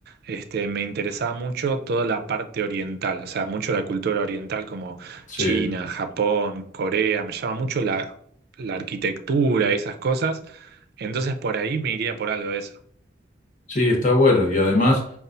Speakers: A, on the right; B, on the left.
A: este, me interesaba mucho toda la parte oriental, o sea, mucho la cultura oriental como
B: Sí.
A: China, Japón, Corea, me llama mucho la, la arquitectura, esas cosas. Entonces por ahí me iría por algo de eso.
B: Sí, está bueno. Y además